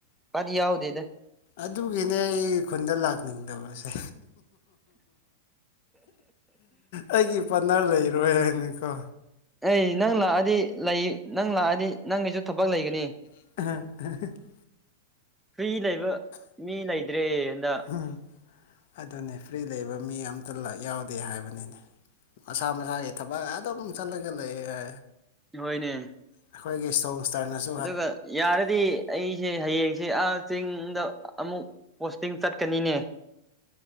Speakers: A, in the centre; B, on the left.
A: ꯄꯥꯛꯗꯤ ꯌꯥꯎꯗꯦꯗ
B: ꯑꯗꯨꯒꯤꯅꯦ ꯑꯩ ꯈꯨꯟꯗ ꯂꯥꯛꯅꯤꯡꯗꯕꯁꯦ ꯑꯩꯒꯤ ꯄꯥꯠꯅꯔ ꯂꯩꯔꯣꯏ ꯍꯥꯏꯅꯀꯣ
A: ꯑꯩ ꯅꯪ ꯂꯥꯛꯑꯗꯤ ꯂꯩ ꯅꯪ ꯂꯥꯛꯑꯗꯤ ꯅꯪꯒꯤꯁꯨ ꯊꯕꯛ ꯂꯩꯒꯅꯤ
B: <unintelligible>
A: ꯐ꯭ꯔꯤ ꯂꯩꯕ ꯃꯤ ꯂꯩꯇ꯭ꯔꯦ ꯍꯟꯗꯛ
B: <unintelligible> ꯑꯗꯨꯅꯦ ꯐ꯭ꯔꯤ ꯂꯩꯕ ꯃꯤ ꯑꯝꯇ ꯂꯥꯛ ꯌꯥꯎꯗꯦ ꯍꯥꯏꯕꯅꯤꯅꯦ ꯃꯁꯥ ꯃꯁꯥꯒꯤ ꯊꯕꯛ ꯑꯗꯨꯝ ꯆꯠꯂꯒ ꯂꯩꯔꯦ
A: ꯍꯣꯏꯅꯦ
B: ꯑꯩꯈꯣꯏꯒꯤ ꯁꯣꯡꯁꯇꯥꯔꯅꯁꯨ
A: ꯑꯗꯨꯒ ꯌꯥꯔꯗꯤ ꯑꯩꯁꯦ ꯍꯌꯦꯡꯁꯦ ꯑꯥ ꯆꯤꯡꯗ ꯑꯃꯨꯛ ꯄꯣꯁꯇꯤꯡ ꯆꯠꯀꯅꯤꯅꯦ